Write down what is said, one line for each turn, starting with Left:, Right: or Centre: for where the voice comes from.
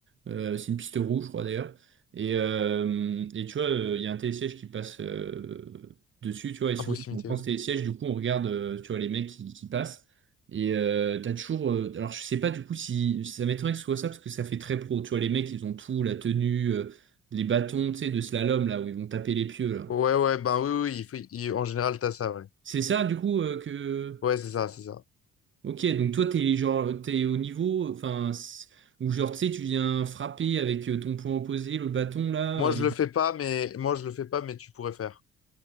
Right: Euh, c'est une piste rouge, je crois d'ailleurs. Et, euh, et tu vois, euh, il y a un télésiège qui passe euh, dessus, tu vois. Et souvent,
Left: à proximité.
Right: quand on prend ce télésiège, du coup, on regarde, euh, tu vois, les mecs qui, qui passent. Et euh, t'as toujours. euh, alors, je sais pas du coup si. Ça m'étonnerait que ce soit ça, parce que ça fait très pro. Tu vois, les mecs, ils ont tout, la tenue, euh, les bâtons, tu sais, de slalom, là, où ils vont taper les pieux, là.
Left: Ouais, ouais, ouais, ben oui, oui, il faut- il- en général, t'as ça, ouais.
Right: C'est ça, du coup, euh, que.
Left: Ouais, c'est ça, c'est ça.
Right: Ok, donc toi, t'es genre, t'es au niveau, enfin, c- ou genre, tu sais, tu viens frapper avec euh, ton poing opposé, le bâton, là.
Left: Moi,
Right: euh,
Left: je le fais pas, mais moi, je le fais pas, mais tu pourrais faire.